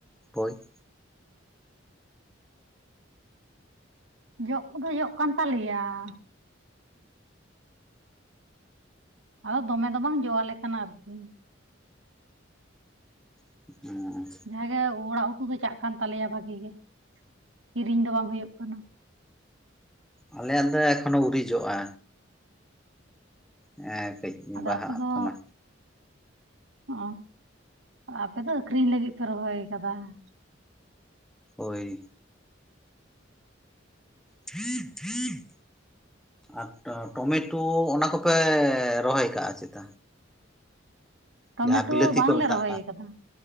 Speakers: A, in the centre; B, on the right.
A: ᱦᱳᱭ ᱾
B: ᱡᱚᱜ ᱠᱚᱫᱚ ᱡᱚᱜ ᱠᱟᱱ ᱛᱟᱞᱮ ᱜᱮᱭᱟ ᱾ ᱟᱫᱚ ᱫᱚᱢᱮ ᱫᱚ ᱵᱟᱝ ᱡᱚ ᱟᱞᱮ ᱠᱟᱱᱟ ᱟᱨᱠᱤ᱾
A: <inaudible>
B: ᱡᱟᱦᱟᱸ ᱜᱮ ᱚᱲᱟᱜ ᱩᱛᱩ ᱫᱚ ᱪᱟᱜ ᱠᱟᱱ ᱛᱟᱞᱮᱭᱟ ᱵᱷᱟᱜᱤ ᱜᱮ, ᱠᱤᱨᱤᱧ ᱫᱚ ᱵᱟᱝ ᱦᱩᱭᱩᱜ ᱠᱟᱱᱟ᱾
A: ᱟᱞᱮᱭᱟᱜ ᱫᱚ ᱮᱠᱷᱚᱱᱳ ᱟᱹᱣᱨᱤ ᱡᱚᱜᱼᱟ᱾ ᱱᱮᱜᱼᱮ ᱠᱟᱹᱡ
B: ᱟᱫᱚ
A: ᱵᱟᱦᱟᱜ
B: ᱟᱯᱮ ᱫᱚ
A: ᱠᱟᱱᱟ᱾
B: ᱚ, ᱟᱯᱮ ᱫᱚ ᱟᱠᱷᱨᱤᱧ ᱞᱟᱹᱜᱤᱫ ᱯᱮ ᱨᱚᱦᱚᱭ ᱠᱟᱫᱟ ᱾
A: ᱦᱳᱭ ᱾ <unintelligible> ᱟᱨ ᱴᱚᱢᱮᱴᱳ ᱚᱱᱟ ᱠᱚᱯᱮ ᱨᱚᱦᱚᱭ ᱠᱟᱜᱼᱟ ᱪᱮᱛᱟ?
B: ᱴᱚᱢᱮᱴᱳ
A: ᱡᱟᱦᱟᱸ ᱵᱤᱞᱟᱹᱛᱤ
B: ᱵᱟᱝᱞᱮ
A: ᱠᱚ ᱢᱮᱛᱟᱜ
B: ᱨᱚᱦᱚᱭ
A: ᱠᱟᱱ
B: ᱟᱠᱟᱫᱟ